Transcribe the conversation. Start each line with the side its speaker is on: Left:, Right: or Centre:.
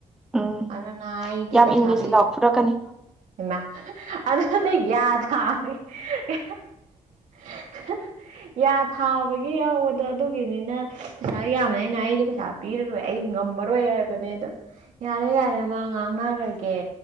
Centre: ꯎꯝ
Right: ꯑꯗꯨꯅ ꯑꯩꯗꯤ
Centre: ꯌꯥꯝ
Right: ꯄꯩꯁꯥ
Centre: ꯏꯪꯂꯤꯁ
Right: ꯄꯤ
Centre: ꯂꯥꯎ ꯐꯨꯔꯛꯀꯅꯤ
Right: ꯍꯩꯃꯥ <unintelligible> <unintelligible> ꯌꯥ ꯊꯥꯕꯒꯤ ꯌꯥꯎꯕꯗꯣ ꯑꯗꯨꯒꯤꯅꯤꯅ ꯄꯩꯁꯥ ꯌꯥꯝꯕꯅꯦ ꯑꯩꯅ ꯑꯩꯗꯤ ꯄꯩꯁꯥ ꯄꯤꯔꯔꯣꯏ ꯑꯩ ꯉꯝꯃꯔꯣꯏ ꯍꯥꯏꯕꯅꯦ ꯑꯗ ꯌꯥꯔꯦ ꯌꯥꯔꯦ ꯃꯥ ꯉꯥꯡꯅꯔꯒꯦ